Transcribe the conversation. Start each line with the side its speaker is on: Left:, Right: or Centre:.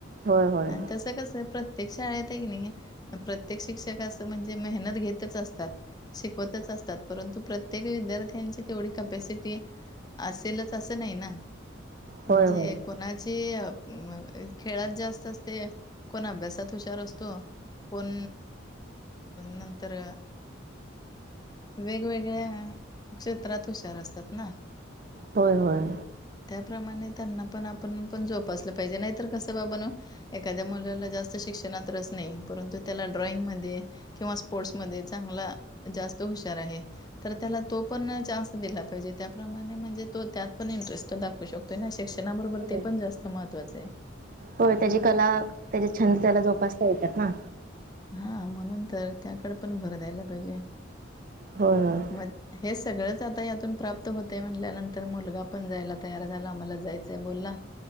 Right: होय होय
Left: आणि तस कसं प्र प्रत्येक शाळेत आहे की नई प्रत्येक शिक्षक असं म्हणजे मेहनत घेतच असतात. शिकवतच असतात परंतु प्रत्येक. प्रत्येक विद्यार्थ्यांची तेवढी कपॅसिटी असेलच असं नाही ना.
Right: होय
Left: म्हणजे
Right: होय
Left: कोणाची. मग खेळात जास्त असते कोण अभ्यासात हुशार असतो. कोण नंतर वेगवेगळ्या. क्षेत्रात हुशार असतात ना.
Right: होय होय.
Left: त्याप्रमाणे त्यांना पण आपण पण जोपासलं पाहिजे नाहीतर कसं बाबा नु एखाद्या मुलाला जास्त शिक्षणात रस नाही परंतु त्याला ड्रॉइंग मध्ये. किंवा स्पोर्ट्स मध्ये चांगला जास्त हुशार आहे. तर त्याला तो पण चान्स दिला पाहिजे त्याप्रमाणे म्हणजे तो त्यात पण इंटरेस्ट दाखऊ शकतो. ते नाही शिक्षणाबरोबर
Right: होय
Left: ते पण जास्त महत्वाचं आहे..
Right: होय त्याजी कला त्याजे छंद त्याला जोपासता येतात ना.
Left: हा म्हणून तर त्याकडं पण भर द्यायला पाहिजे.
Right: होय होय.
Left: मग हे सगळंच आता यातून प्राप्त होतय म्हटल्यानंतर मुलगा पण जायला तयार झाला आम्हाला जायचं. बोलला